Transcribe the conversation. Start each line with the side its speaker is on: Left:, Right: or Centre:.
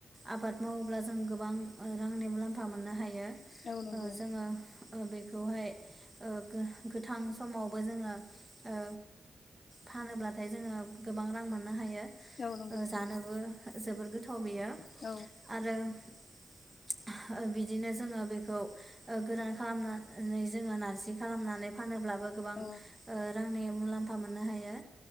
Right: आबाद मावोब्ला जों गोबां रांनि मुलाम्फा मोननो हायो
Left: औ नंगौ
Right: ओ जोङो ओ बेखौहाय ओ गो- गोथां समावबो जोङो ओ फानोब्लाथाय जोङो गोबां रां मोनो। ओ
Left: औ नंगौ नोंथां
Right: जानोबो जोबोर गोथाव बेयो
Left: औ
Right: आरो <inaudible> ओ बिदिनो जोङो बेखौ ओ गोरान खालामनानै जोङो नारजि खालामनानै फानोब्ला बो गोबां
Left: औ
Right: ओ रांनि मुलाम्फा मोननो हायो